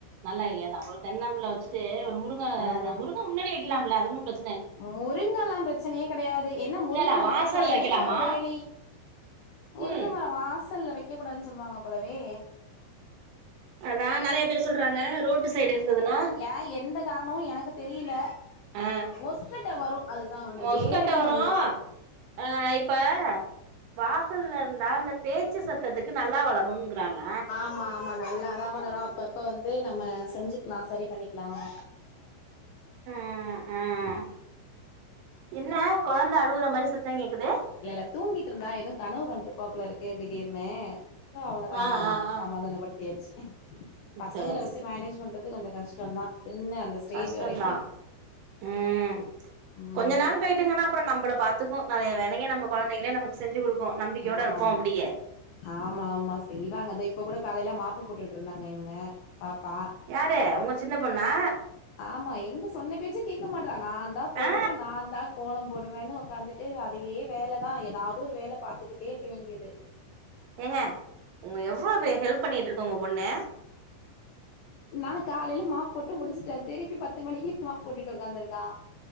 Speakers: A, on the right (about 75°); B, on the left (about 80°).
A: நல்ல ஐடியா தா ஒரு தென்னம்பிள்ள வச்சுட்டு முருங்க
B: ம்
A: முருங்க முன்னாடி வக்கலாம்ல அது ஒன்னும் பிரச்ச
B: முருங்கல்லா பிரச்சனையே கெடையாது என்ன முருங்கை
A: இல்ல இல்ல
B: மரம்
A: வாசல்ல
B: வச்சாலுமே
A: வைக்கலாமா
B: ஒரு வேலி முருங்க
A: ம்
B: மரோ வாசல்ல வக்க கூடாதுன்னு சொல்லுவாங்க போலவே
A: அதான் நெறைய பேர் சொல்றாங்க ரோட்டு சைடு இருந்ததுன்னா
B: ஏ எந்த காரணமும் எனக்கு தெரில
A: ஆ
B: மொசுகட்ட வரும் அதுதா ஒண்ணு
A: மொஸ்கட்ட
B: வேற எதுவும்
A: வரு
B: இல்ல
A: ஆ இப்ப வாசல்ல இருந்தா அந்த பேச்சு சத்தத்துக்கு நல்லா வளருங்கிறாங்க
B: ஆமா ஆமா நல்லாதான் வளரும் அப்பப்ப வந்து நம்ம செஞ்சுக்கலாம் சரி பண்ணிக்கலாம்
A: ம் ம் என்ன கொழந்த அழுவுற மாரி சத்த கேக்குது
B: இல்ல இல்ல தூங்கிட்ருந்தா எதுவு கனவு கண்டுருப்பா போல இருக்கு திடீர்னு தா அவள தானே
A: ஆ
B: <unintelligible>
A: ஆ ஆ
B: சமாதானப்படுத்தியாச்சு பசங்கள
A: சேரி
B: வச்சு
A: சேரி
B: மேனேஜ் பண் ல்லத்துக்கு கொஞ்ச கஷ்டோந்தா சின்ன அந்த ஸ்டேஜ்
A: கஷ்டோந்தா
B: வரைக்கும்
A: ம்
B: உம்
A: கொஞ்ச நாள் போயிடுங்னா அப்பற நம்பள பாத்துக்கு நறைய வேலைய நம்ப கொழந்தைகலே நமக்கு செஞ்சு குடுக்கு நம்பிக்கையோட
B: ஆமா
A: இருப்போ
B: ஆமா
A: அப்டியே
B: ஆமா ஆமா செய்வாங்கத இப்ப கூட காலையில மாப்பு போட்டுட் இருந்தாங்க இவங்க பாப்பா
A: யாரு உங்க சின்ன பொண்ணா
B: ஆமா எங்க சொன்ன பேச்சு கேட்க மாட்றா நா தா போடுவே
A: ஆ
B: நா தா கோலோ போடுவேன்னு உகாந்துட்டு அதே வேலதான் உக்காந்துட்டு இவ அதையே வேல தா ஏதாவது ஒரு வேல பாத்துக்கிட்டே இருக்க வேண்டியது
A: ஏங்க உங்க எவ்ளோ பே ஹெல்ப் பண்ணிட்ருக்கு உங்க பொண்ணு
B: நா காலயில மாப் போட்டு முடிச்சுட்டே திருப்பி பத்து மணிக்கி மாப் போட்டுட்டு உக்காந்துருக்கா